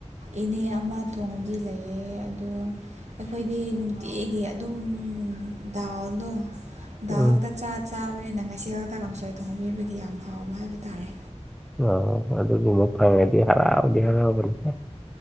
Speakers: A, on the right (about 80°); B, in the centre.
A: ꯏꯅꯦ ꯑꯃ ꯊꯣꯡꯕꯤ ꯂꯩꯌꯦ ꯑꯗꯨ ꯑꯩꯈꯣꯏꯗꯤ ꯅꯨꯡꯇꯤꯒꯤ ꯑꯗꯨꯝ ꯗꯥꯜꯗꯣ ꯗꯥꯜ
B: ꯎꯝ
A: ꯈꯛꯇ ꯆꯥ ꯆꯥꯕꯅꯤꯅ ꯉꯁꯤ ꯈꯛꯇ ꯀꯥꯡꯁꯣꯏ ꯊꯣꯡꯕꯤꯕꯒꯤ ꯌꯥꯝ ꯍꯥꯎꯕ ꯍꯥꯏꯕ ꯇꯥꯔꯦ
B: ꯑ ꯑꯗꯨꯒꯨꯝꯕ ꯐꯪꯉꯗꯤ ꯍꯔꯥꯎꯗꯤ ꯍꯔꯥꯎꯕꯅꯤꯍꯦ